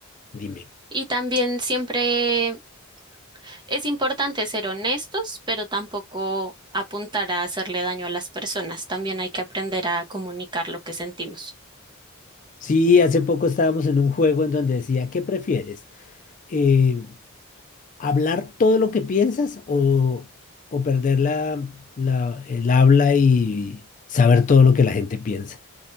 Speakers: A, on the left; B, on the right.
A: Dime.
B: Y también siempre Es importante ser honestos, pero tampoco apuntar a hacerle daño a las personas. También hay que aprender a comunicar lo que sentimos.
A: Sí, hace poco estábamos en un juego en donde decía, ¿qué prefieres? Eh, ¿hablar todo lo que piensas o, o perder la, la, el habla y saber todo lo que la gente piensa?